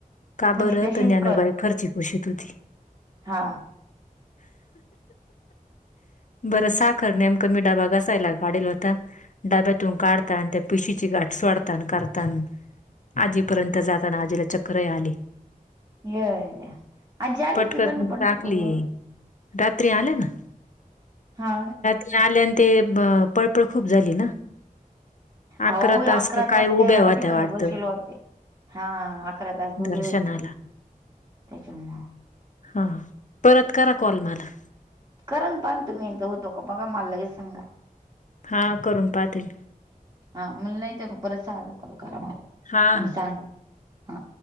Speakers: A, on the left (about 55°); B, on the right (about 30°).
A: का
B: मग
A: बरं
B: ती तशीच
A: ज्ञानूबाई फरशी पुसात होते.
B: हां
A: बरं साखर नेम कमी डबा घसायला काढलं होता डाब्यातून काढता आणि ते पिशीची गाठस सोडतना करताना आजीपर्यंत जाताना आजीला चक्र आली
B: येड्या आजी आली
A: पटकन
B: का तिकडनं पंढरपूर
A: टाकली
B: वरून
A: रात्री आल्या ना
B: हा
A: आल्यान ते पळपळ खूप झाली ना अकरा
B: ओअकरा
A: का काय
B: तास
A: उभ्या
B: त्या एका
A: होत्या
B: ठिकाणी
A: वाटतं
B: बसेल होते. हा अकरा तास उभी
A: दर्शनाला
B: होती ती त्याच्यामुंळे
A: हां परत करा कॉल मला
B: कराणा पण तुम्ही एकदा होतो का बघा मला सांगा
A: हा करून पाहते
B: हा मला नाही तर परत सागा करू करा मला
A: हा हा
B: आणि सांगा हा